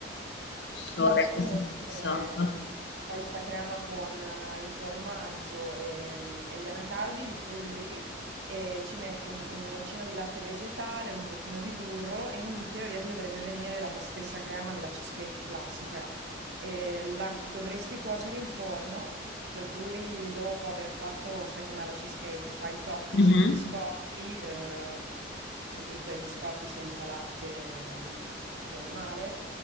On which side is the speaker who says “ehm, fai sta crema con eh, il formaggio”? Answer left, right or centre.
Right